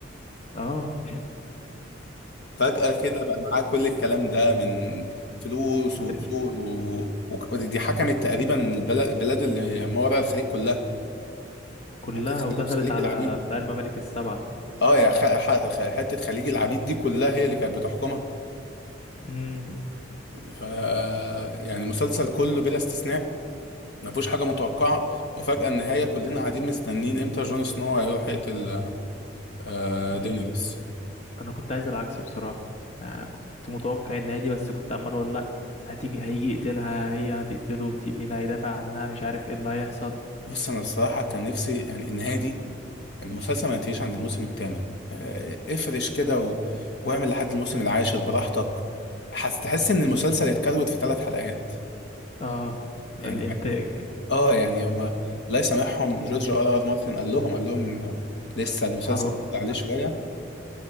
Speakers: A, on the left; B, on the left.
A: اه
B: فجأة كده بقى معاه كل الكلام ده من فلوس
A: <laughs> من
B: وقصور و... و... ودي حكمت تقريبا البلد البلاد اللي ما وراء الخليج كلها
A: كلها
B: حتة خليج
A: ودخلت
B: خليج
A: على
B: العبيد
A: بتاع الممالك السبعة
B: اه يا خ... ح... خ- حتة خليج العبيد دي كلها هي اللي كانت بتحكمها
A: امم
B: ف يعني مسلسل كله بلا استثناء ما فيهوش حاجه متوقعه وفجاه النهايه كلنا قاعدين مستنين امتى جون سنو هيروح يقتل آه،
A: امم
B: دينيريس
A: انا كنت عايز العكس بصراحة آه كنت متوقع ان هي دي بس كنت عمال اقول لا هتيجي هيجي يقتلها هي هتقتله التنين هيدافع عنها مش عارف ايه اللي هيحصل
B: بص انا الصراحه كان نفسي يعني النهايه دي المسلسل ما ينتهيش عند الموسم الثامن آه، افرش كده و... واعمل لحد الموسم العاشر براحتك هتحس ان المسلسل اتكروت في ثلاث حلقات
A: اه
B: يعني
A: ده الانتاج
B: اه يعني هما الله يسامحهم جورج ار ار مارتن قال لهم قال لهم آه، لسه المسلسل
A: حرام
B: عليه
A: أيوة.
B: شويه